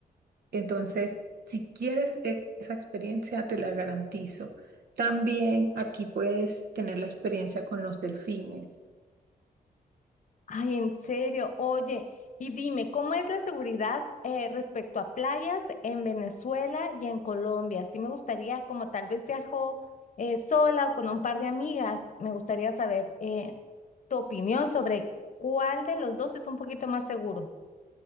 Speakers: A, on the right; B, on the left.
A: Entonces, si quieres e- esa experiencia, te la garantizo. También aquí puedes tener la experiencia con los delfines.
B: Ay, en serio, oye, y dime, ¿cómo es la seguridad eh, respecto a playas en Venezuela y en Colombia? Sí me gustaría, como tal vez viajo eh, sola o con un par de amigas, me gustaría saber eh, tu opinión sobre cuál de los dos es un poquito más seguro.